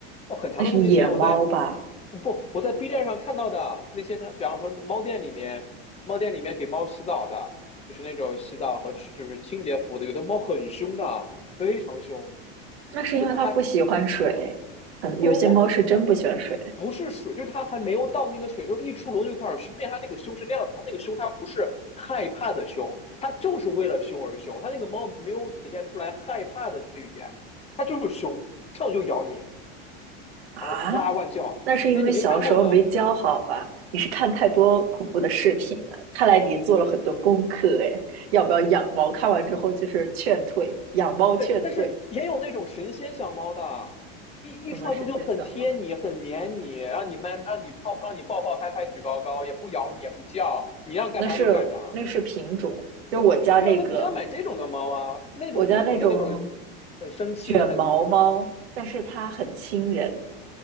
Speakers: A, on the left; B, on the right.
A: 哦，很强的攻击性啊。
B: 那是野猫吧？
A: 我在不，我在 B 站上看到的那些，他比方说猫店里面，猫店里面给猫洗澡的，就是那种洗澡和去就是清洁服务的，有的猫很凶的，非常凶，
B: 那是因为它不喜欢水，
A: 就是它还
B: 很有些猫是真不喜欢水
A: 不不不不不是水，就是它还没有到那个水，就是一出笼就开始凶，并且它那个凶是那样子，它那个凶它不是害怕的凶，它就是为了凶而凶，它那个猫没有体现出来害怕的这句语言，它就是凶，上来就咬你，
B: 啊。
A: 然后哇哇叫。
B: 那是因为小时候没教好吧？
A: 哎，你没看过吗？
B: 你是看太多恐怖的视频了，看来你做了很多功课哎。要不要养猫？看完之后就是劝退，养猫劝退，
A: 对，但是也有那种神仙小猫的，一一出来之后就很贴你，
B: 什么神仙小猫？
A: 很黏你，让你们让你抱，让你抱抱拍拍举高高，也不咬你，也不叫，你让干啥就干啥。
B: 那是那是品种，就我家那个，
A: 对啊，那肯定要买这种的猫啊，那种第一种的那种
B: 我家那种
A: 很生气的，
B: 卷毛猫，
A: 很
B: 但是它很亲人，